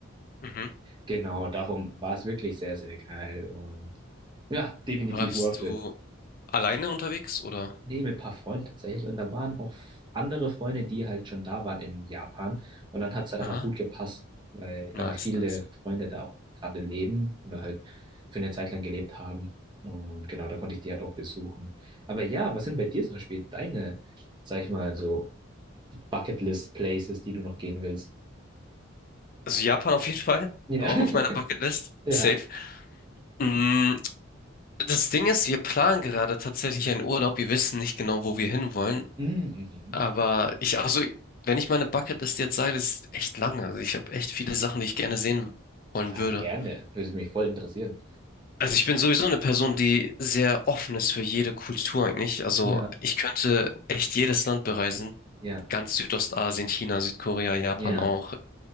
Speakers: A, on the left; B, on the right.
A: mhm.
B: Genau, darum war es wirklich sehr, sehr geil und ja, definitiv
A: Warst
B: worth
A: du
B: it.
A: alleine unterwegs, oder?
B: Nee, mit ein paar Freunden tatsächlich und da waren auch andere Freunde, die halt schon da waren in Japan und dann hat es halt
A: Aha,
B: einfach gut gepasst, weil einfach
A: nice,
B: viele
A: nice.
B: Freunde da auch gerade leben oder halt für eine Zeit lang gelebt haben und genau, da konnte ich die halt auch besuchen. Aber ja, was sind bei dir zum Beispiel deine, sag ich mal, so Bucketlist-Places, die du noch gehen willst?
A: Also Japan auf jeden <laughs> Fall.
B: Ja.
A: Auch
B: <laughs>
A: auf meiner Bucketlist.
B: Ja.
A: Safe. Mm, das Ding ist, wir planen gerade tatsächlich einen Urlaub. Wir wissen nicht genau, wo wir hinwollen.
B: Mm, Mhm.
A: Aber ich, also, wenn ich meine Bucketlist jetzt sage, das ist echt lange. Also ich habe echt viele Sachen, die ich gerne sehen wollen
B: Sag
A: würde.
B: gerne. Würde mich voll interessieren.
A: Also ich bin sowieso eine Person, die sehr offen ist für jede Kultur eigentlich. Also
B: Ja.
A: ich könnte echt jedes Land bereisen.
B: Ja.
A: Ganz Südostasien, China, Südkorea, Japan
B: Ja.
A: auch.